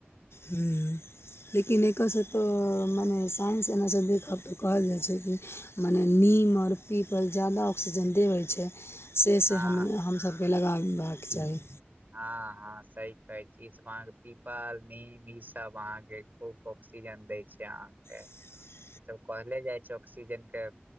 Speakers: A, on the left (about 75°); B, on the right (about 45°).
A: हुँ लेकिन एकरसँ तऽ माने साइंस एना सँ देखब तऽ कहल जाइ छै कि मने नीम और पीपल जादा ऑक्सीजन दे होय छै से से
B: हँ
A: हम हम सब केँ लगेबाक चाही
B: हँ हँ सही कहे छी इ सब हके पीपल नीम ई सब अहाँ केँ खूब कऽ ऑक्सीजन दै छै अहाँ केँ
A: <inaudible>
B: ई सब कहले जाइ छै ऑक्सीजन केँ